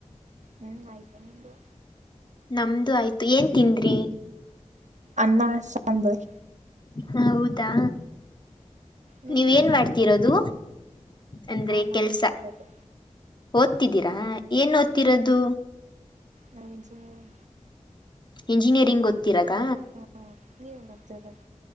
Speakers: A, on the right (about 70°); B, on the left (about 35°).
A: ಹ್ಮ್ ಆಯ್ತು ನಿಮ್ದು
B: ನಮ್ದು ಆಯ್ತು ಏನ್ ತಿಂದ್ರಿ
A: ಅನ್ನ ಸಾಂಬರ್
B: ಹ ಹೌದಾ
A: ನೀವೇನ್
B: ನೀವ ನ್ ಮಾಡ್ತಿರೋದು ಅಂದ್ರೆ
A: ನಾ ನಾವುದತದು
B: ಕೆಲ್ಸ ಓದ್ತಿದ್ದೀರಾ ಏನ್ ಓದ್ತಿರೋದು
A: ನಾನು ಇಂಜಿನಿಯರಿಂಗ್
B: ಇಂಜಿನಿಯರಿಂಗ್ ಗೊತ್ತಿರದ
A: ಹಾ ನೀವೇನ್ ಓದ್ತಿರೋದು